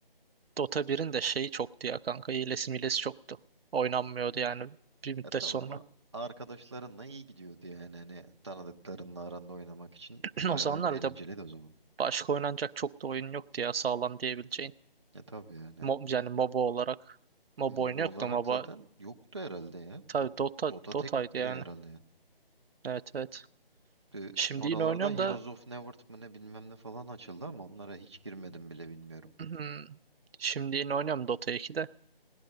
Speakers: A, on the right (about 75°); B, on the right (about 30°).
A: Dota 1'in de şeyi çoktu ya kanka. Hilesi milesi çoktu. Oynanmıyordu yani bir müddet
B: Ya tabii
A: sonra.
B: ama arkadaşlarınla iyi gidiyordu yani. Hani tanıdıklarınla aranda oynamak için
A: <clears throat>
B: bayağı
A: O zamanlar
B: el- eğlenceliydi
A: bir de
B: o zaman.
A: başka oynanacak çok da oyun yoktu ya sağlam diyebileceğin.
B: Ya tabii yani.
A: Mo yani MOBA olarak. MOBA
B: MOBA
A: oyunu yoktu.
B: olarak
A: MOBA
B: zaten yoktu herhalde ya.
A: Tabii
B: Do-
A: Dota
B: Dota
A: Dota'ydı
B: tekti
A: yani.
B: herhalde ya.
A: Evet evet.
B: Ee,
A: Şimdi
B: Sonralarda
A: yine oynuyorum
B: Heroes
A: da
B: of Newerth mı ne bilmem ne falan açıldı ama onlara hiç girmedim bile bilmiyorum.
A: <clears throat> şimdi yine oynuyorum Dota 2 de.